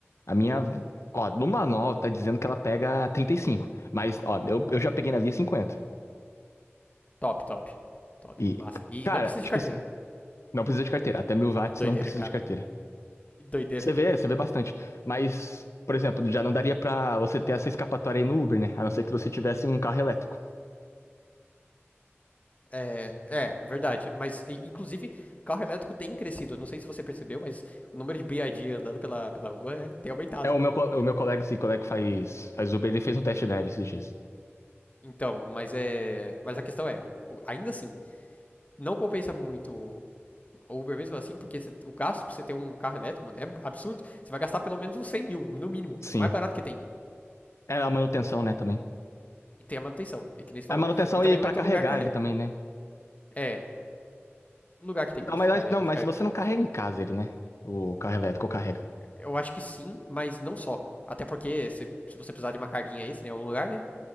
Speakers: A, on the left (about 85°); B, on the left (about 30°).
A: A minha. Ó, no manual tá dizendo que ela pega trinta e cinco, Mas, ó, eu, eu já peguei na via 50.
B: Top, top. Top.
A: E,
B: Massa. E
A: cara,
B: não precisa
A: tipo
B: de carteira.
A: assim, não precisa de carteira. Até mil watts
B: Que doideira,
A: não precisa
B: cara.
A: de carteira.
B: Que doideira.
A: Você vê, você vê bastante. Mas, por exemplo, já não daria pra você ter essa escapatória aí no Uber, né? A não ser que você tivesse um carro elétrico.
B: É, é, verdade. Mas, e- inclusive, carro elétrico tem crescido. Eu Não sei se você percebeu, mas o número de BID andando pela, pela rua é- tem aumentado,
A: É, o meu, co-
B: né?
A: o meu colega, esse colega que faz, faz Uber, ele fez um test drive esses dias.
B: Então, mas é. Mas a questão é, ainda assim, não compensa muito o Uber mesmo assim, porque cê- o gasto pra você ter um carro elétrico, mano, é absurdo. Você vai gastar pelo menos uns 100 mil, no mínimo.
A: Sim.
B: O mais barato que tem.
A: É a manutenção, né, também.
B: E tem a manutenção, e que nem você falou.
A: A manutenção
B: E também
A: e
B: não
A: pra
B: é todo
A: carregar
B: lugar que carrega.
A: ele também, né?
B: É, todo lugar que tem posto
A: Não, mas,
B: de carga,
A: não,
B: de
A: mas
B: carga
A: você não carrega em casa ele, né? O carro elétrico carrega.
B: Eu acho que sim, mas não só. Até porque se, se você precisar de uma carguinha extra em algum lugar, né?